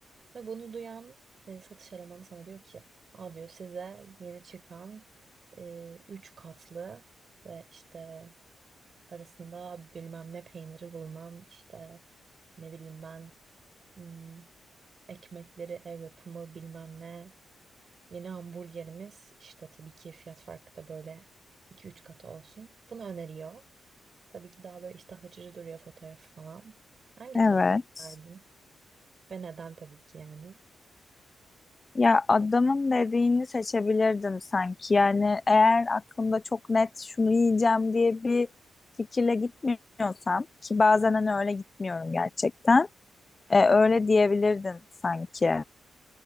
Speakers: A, on the right; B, on the left.
A: Ve bunu duyan e, satış elemanı sana diyor ki, Aa diyor size yeni çıkan e, üç katlı ve işte arasında bilmem ne peyniri bulunan işte ne bileyim ben hmm, ekmekleri ev yapımı bilmem ne yeni hamburgerimiz işte tabii ki fiyat farkı da böyle iki üç katı olsun. Bunu öneriyor. Tabii ki daha böyle iştah açıcı duruyor fotoğraf falan. Hangi
B: Evet.
A: tarafa giderdin? Ve neden tabii ki yani?
B: Ya adamın dediğini seçebilirdim sanki. Yani eğer aklımda çok net şunu yiyeceğim diye bir fikirle gitmiyorsam ki bazen hani öyle gitmiyorum gerçekten. e, öyle diyebilirdim sanki.